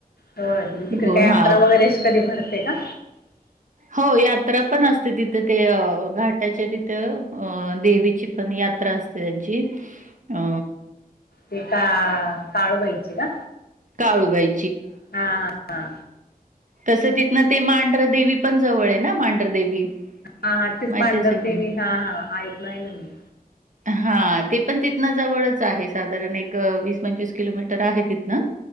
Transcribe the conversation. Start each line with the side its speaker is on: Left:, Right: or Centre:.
Left: होय म तिकड
Right: गो
Left: काय यात्रा
Right: हां.
Left: वगैरे कधी भरते का?
Right: हो यात्रा पण असते तिथ ते, घाटाच्या तिथं देवीची पण यात्रा असते त्यांची, अ.
Left: ते का काळूबाईचे का?
Right: काळूबाई.
Left: हा हा हा.
Right: तसं तिथनं ते मांढरदेवी पण जवळ आहे ना? मांढरदेवी,
Left: हा हा तेच,
Right: माहिती
Left: पांढर
Right: असेल तुम्हा
Left: देवी, हा, हा, ऐक नाहीलं मी,
Right: हा, ते पण तिथन जवळच आहे. साधारण, एक वीस पंचवीस किलोमीटर आहे. तिथनं,